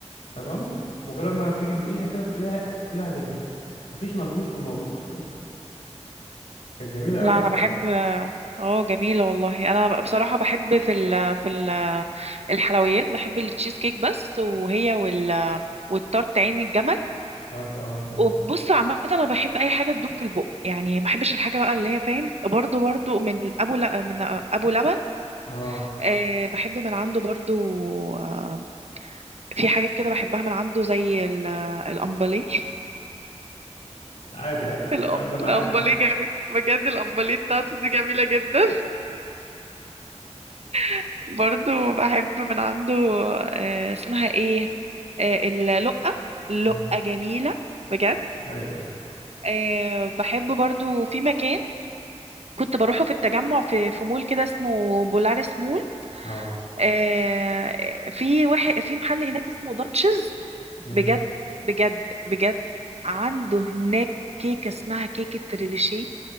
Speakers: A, on the left (about 80°); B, on the right (about 60°).
A: تمام مجرد ما تيجي تدوقيها كده كلها كلها دابت مفيش مجهود في الموضوع <laughs> كانت جميله
B: لا
A: قوي
B: انا
A: بصراحه
B: بحب اه جميلة والله انا ب- بصراحة بحب في ال في ال الحلويات بحب التشيز كيك بس وهي وال والتارت عين الجمل
A: افتكرت اه اه
B: وبص عامة أنا بحب أي حاجة تدوب في البق يعني ما بحبش الحاجة بقى اللي هي فاهم برضو برضو من أبو ل... من أبو لبن
A: آه.
B: أه بحب من عنده برضو آه، في حاجات كده بحبها من عنده زي ال- الأمبلي <laughs>
A: عادي عادي الكلام
B: الأ-
A: ده بقى
B: الأمبلي
A: عادي
B: جميل بجد الأمبلي بتاعته دي جميلة جدا <laughs> برضو بحب من عنده أه اسمها إيه أه اللقة اللقة
A: آه.
B: جميلة بجد
A: ايوه أيوة.
B: أه بحب برضو في مكان كنت بروحه في التجمع في في مول كده اسمه بولارس مول
A: اه
B: آه، في واحد في محل هناك اسمه داتشز
A: امم
B: بجد بجد بجد عنده هناك كيكة اسمها كيكة ريليشيه